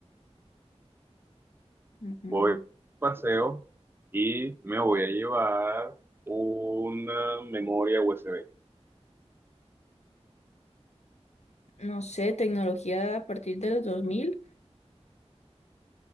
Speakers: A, on the left; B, on the right.
A: Ujú.
B: voy a paseo y me voy a llevar una memoria USB.
A: No sé, tecnología a partir de los dos mil